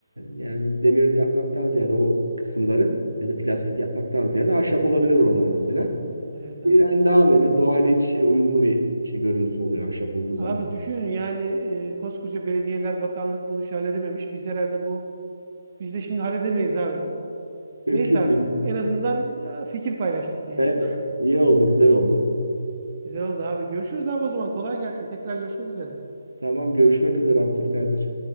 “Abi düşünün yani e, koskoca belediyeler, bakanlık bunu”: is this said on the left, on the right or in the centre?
Right